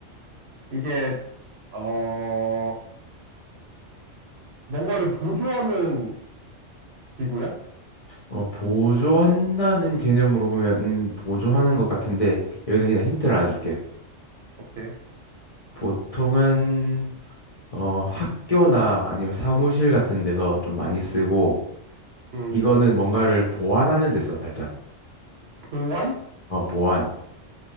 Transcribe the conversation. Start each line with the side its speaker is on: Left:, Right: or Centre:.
Right: 이게, 어, 뭔가를 보조하는 기구야?
Left: 어, 보조한다는 개념으로 보면 음, 보조하는 것 같은데 여기서 그냥 힌트를 하나 줄게.
Right: 오케이.
Left: 보통은 어, 학교나 아니면 사무실 같은 데서 좀 많이 쓰고
Right: 음,
Left: 이거는 뭔가를 보완하는 데 써, 살짝.
Right: 보완?
Left: 어, 보완.